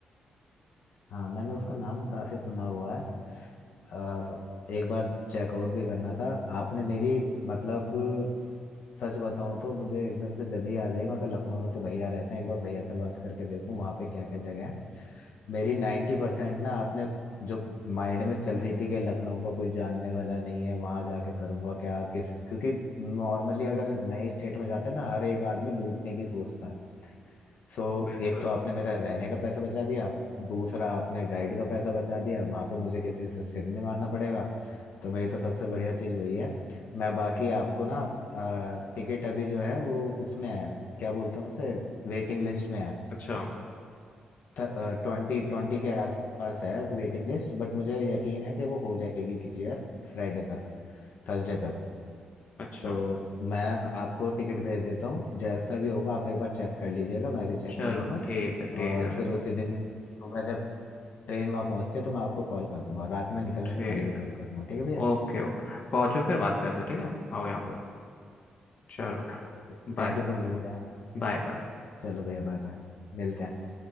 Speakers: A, on the left; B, on the left.
A: हाँ मैंने उसका नाम काफी सुना हुआ है अ, एक बार चेकआउट भी करना था आपने मेरी मतलब सच बताऊं तो मुझे एकदम से जब ही याद आई मैं कल लखनऊ में तो भैया रहते हैं एक बार भैया से बात करके देखूं वहाँ पे क्या क्या जगह है मेरी नाइन्टी परसेंट ना आपने जो माइंड में चल रही थी कि लखनऊ का कोई जानने वाला नहीं है वहां जाके करूंगा क्या किस क्योंकि नॉर्मली अगर नई स्टेट में जाते हैं तो हर एक आदमी लूटने की सोचता है सो
B: बिल्कुल
A: एक तो आपने मेरा रहने का पैसा बचा दिया दूसरा आपने गाइड का पैसा बचा दिया वहां पे मुझे किसी से सिर नहीं मारना पड़ेगा तो मेरी तो सबसे बढ़िया चीज़ वही है मैं बाकी आपको ना टिकट अभी जो है वो उसमें है क्या बोलते हैं उसे वेटिंग लिस्ट में है
B: अच्छा
A: ट्वेंटी ट्वेंटी के आसपास है वेटिंग लिस्ट बट मुझे यकीन है कि वो हो जाएगी क्लियर फ्राइडे तक थर्सडे तक
B: अच्छा
A: तो मैं आपको टिकट भेज देता हूँ जैसा भी होगा आप एक बार चेक कर लीजिएगा मैं भी चेक
B: चलो
A: कर लूँगा
B: ठीक है ठीक
A: और
B: है
A: फिर उसी दिन सुबह जब ट्रेन वहाँ पहुँचती है तो मैं आपको कॉल कर दूंगा रात में निकलने
B: ठीक
A: से पहले भी कॉल कर दूंगा ठीक है भैया
B: ओके ओके पहुंचो फिर बात करते हैं ठीक है आओ यहाँ पे चलो
A: Okay
B: Bye
A: thank you so much भैया
B: bye bye
A: चलो भैया बाय बाय मिलते हैं